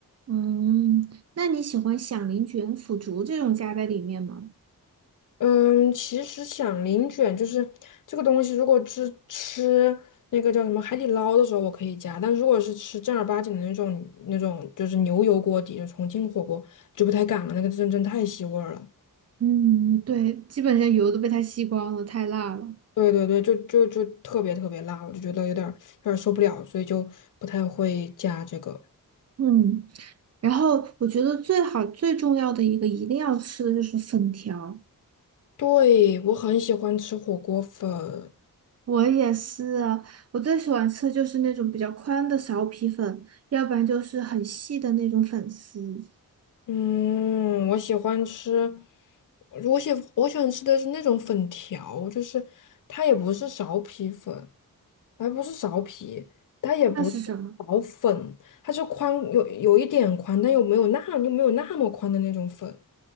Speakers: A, on the right; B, on the left.
A: 嗯，那你喜欢响铃卷、腐竹这种加在里面吗？
B: 嗯，其实响铃卷就是这个东西，如果是吃那个叫什么海底捞的时候，我可以加，但如果是吃正儿八经的那种那种就是牛油锅底的重庆火锅，就不太敢了，那个真真太吸味儿了。
A: 嗯，对，基本上油都被它吸光了，太辣了。
B: 对对对，就就就特别特别辣，我就觉得有点儿有点儿受不了，所以就不太会加这个。
A: 嗯，然后我觉得最好最重要的一个一定要吃的就是粉条。
B: 对，我很喜欢吃火锅粉，
A: 我也是啊，我最喜欢吃的就是那种比较宽的苕皮粉，要不然就是很细的那种粉丝。
B: 嗯，我喜欢吃，我喜我喜欢吃的是那种粉条，就是它也不是苕皮粉，还不是苕皮，它也不是苕粉，
A: 那是什么？
B: 它是宽有有一点宽，但又没有那又没有那么宽的那种粉，